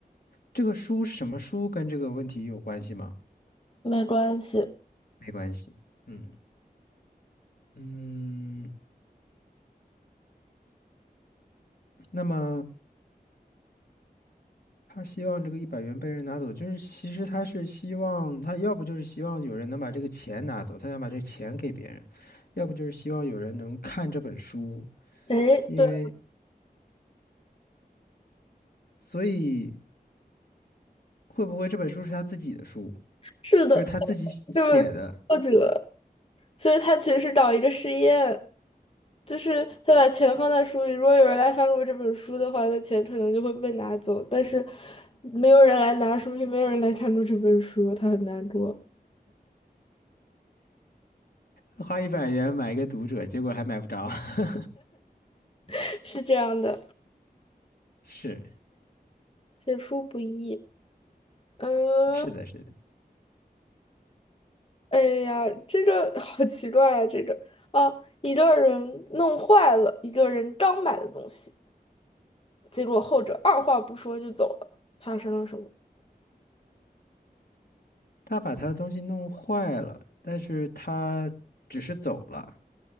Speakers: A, on the left; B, on the left.
A: 这个书是什么书跟这个问题有关系吗？
B: 没关系。
A: 没关系。嗯嗯，那么他希望这个一百元被人拿走，就是其实他是希望他要不就是希望有人能把这个钱拿走，他想把这个钱给别人，要不就是希望有人能看这本书，
B: 哎，
A: 因为
B: 对，
A: 所以会不会这本书是他自己的书，
B: 是的，
A: 就是他自己写写的，
B: 这本书作者所以他其实是找一个实验，就是他把钱放在书里。如果有人来翻过这本书的话，那钱可能就会被拿走。但是没有人来拿，说明没有人来看过这本书，他很难过。
A: 花一百元买一个读者，结果还买不着。<laughs>
B: <laughs> 是这样的，
A: 是
B: 写书不易。嗯，
A: 是的，是的。
B: 哎呀，这个 <laughs> 好奇怪啊！这个哦，一个人弄坏了一个人刚买的东西，结果后者二话不说就走了，发生了什么？
A: 他把他的东西弄坏了，但是他只是走了。